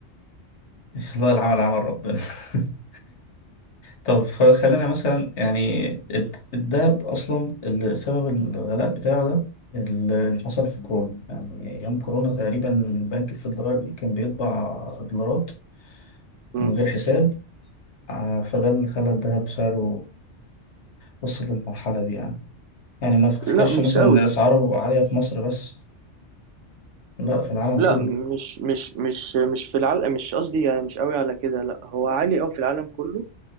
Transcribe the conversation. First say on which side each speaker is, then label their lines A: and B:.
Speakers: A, on the left (about 70°); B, on the right (about 80°).
A: <laughs> والله العمل عمل ربنا <laughs> طب خلينا مثلا يعني الد- الدهب اصلا اللي سبب الغلاء بتاعه ده اللي حصل في كورونا يعني ايام كورونا تقريبا البنك الفيدرالي كان بيطبع دولارات
B: مم.
A: من غير حساب ع- فده اللي خلى الدهب سعره وصل للمرحلة دي يعني يعني ما تفتكرش
B: لا مش
A: مثلا
B: قوي
A: ان اسعاره عالية في مصر بس لا في العالم
B: لا
A: كله
B: مش مش مش مش في العالم مش قصدي يعني مش قوي على كده لا هو عالي قوي في العالم كله